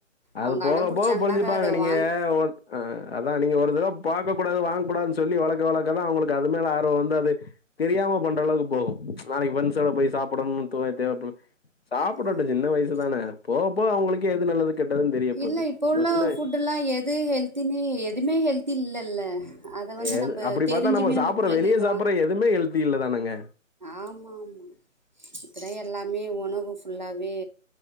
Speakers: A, on the left; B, on the right.
A: அது
B: அவங்க
A: போக
B: அடம் புடிச்சாங்கனாக்கா
A: போக புரிஞ்சுப்பாங்க
B: அத
A: நீங்க
B: வாங்கி
A: ஆ அதா நீங்க ஒரு தடவ பாக்க கூடாது வாங்க கூடாது சொல்லி வழக்க வழக்கதான் அங்களுக்கு அது மேல ஆர்வம் வந்து அது தெரியாம பண்ற அளவுக்கு போகும் நாளைக்கு வந்து ஸோர போய் சாப்பிடனும் தோனும் சாப்டட்டும்
B: ஆ
A: சின்ன வயசுதானே போவ இப்போ அவங்களுக்கு எது நல்லது கெட்டதுன்னு தெரிய
B: இல்ல
A: போகுது.
B: இப்போ உள்ள
A: நம்ம சின்ன
B: ஃபுட்டு் எல்லா எது ஹெல்தின்னு எதுவுமே ஹெல்தி இல்லல்ல அத வந்து
A: எது
B: நம்ப
A: அப்டி
B: தெரிஞ்சுமே
A: பாத்தா நம்ம சாப்டற
B: புள்ளைங்களுக்கு
A: வெளிய சாப்பிடற எதுவுமே ஹெல்தி இல்ல தானுங்க
B: ஆமா ஆமா இப்பதா எல்லாமே உணவு ஃபுல்லாவே